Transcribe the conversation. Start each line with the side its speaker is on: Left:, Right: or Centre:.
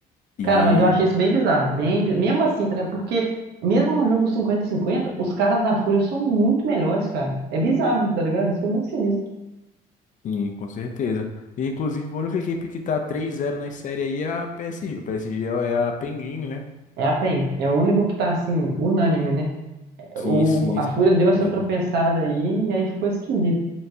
Left: E
Right: Cara, mas eu achei isso bem bizarro. Bem... bi- Mesmo assim, tá ligado? Porque mesmo no jogo 50-50, os caras da Fúria são muito melhores, cara. É bizarro, tá ligado? Isso foi muito sinistro.
Left: sim, com certeza. E, inclusive, a única equipe que tá três zero na série aí é a PSG. O PSG é a Penguin, né?
Right: É a PEN. É o único que tá, assim, unânime, né?
Left: Sim,
Right: O...
Left: sim,
Right: A
Left: 100%.
Right: Fúria deu essa tropeçada aí e aí ficou esquisito.